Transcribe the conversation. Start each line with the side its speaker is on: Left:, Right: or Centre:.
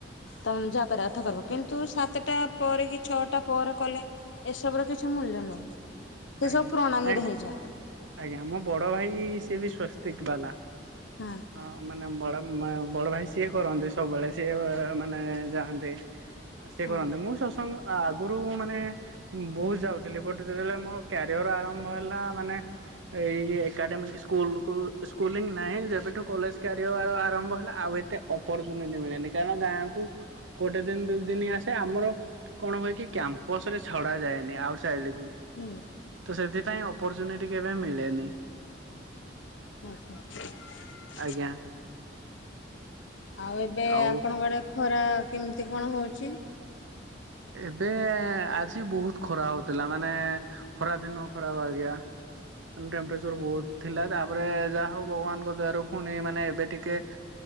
Left: ତମେ ଯାହା କରିବା କଥା କରିବ କିନ୍ତୁ ସାତଟା ପରେ କି ଛଅଟା ଟା ପରେ କଲେ ଏସବୁ ର କିଛି ମୂଲ୍ୟ ନାହିଁ। ସେ
Right: ଆଜ୍ଞା
Left: ସବୁ ପ୍ରଣାମୀରେ ହେଇଯାଏ
Right: ଆଜ୍ଞା ମୋ ବଡ ଭାଇ ସି ବି ସ୍ଵସ୍ତିକ ବାଲା
Left: ହଁ
Right: ଅ ମାନେ ବଡ ମ ବଡ ଭାଇ ସିଏ କରନ୍ତି ସବୁବେଳେ ସିଏ-ଏ-ଏ-ଏ ମାନେ ଯାଆନ୍ତି ସେ
Left: ହଁ
Right: କରନ୍ତନ୍ତି ମୁଁ ସତ୍ସଙ୍ଗ ଆଗରୁ ମାନେ ବହୁତ ଯାଉଥିଲି ଯେତେଳେ ମୋର କ୍ୟାରିଅର ଆରମ୍ଭ ହେଲା ମାନେ ଏ ଏକାଡେମିକ ସ୍କୁଲକୁ ସ୍କୁଂ ନାହିଁ ଯେବେଠୁ କଲେଜ କ୍ୟାରିଅର ଆରମ୍ଭ ହେଲେ ଆଉ ଏତେ ଅପରଚୁନିଟି ମିଳେନି କାରଣ ଗାଁକୁ ଗୋଟେ ଦିନ ଦୁଇ ଦିନ ଆସେ ଆମର କଣ ହୁଏ କି କ୍ୟାମ୍ପସ ରେ ଛଡା ଯାଏନି ଆଉ ଥିଲିକୁ
Left: ହୁଁ
Right: ତ ସେଥିପାଇଁ ଆପର୍ଚୁନିଟୀ କେବେ ମିଳେନି।
Left: ଆଚ୍ଛା।
Right: ଆଜ୍ଞା।
Left: ଆଉ ଏବେ
Right: ଆଉ
Left: ଆପଣଙ୍କ ଆଡେ ଖରା କେମିତି କଣ ହଉଛି?
Right: ଏବେ ଆଜି ବହୁତ ଖରା ହଉଥିଲା ମାନେ ଖରା ଦିନ ଖରାହବ ଆଜ୍ଞା ଟେମପ ବହୁତ ଥିଲା ତାପରେ ଯାହା ହଉ ଭଗବାନଙ୍କ ଦ୍ଵାର ପୁଣି ମାନେ ଏବେ ଟିକେ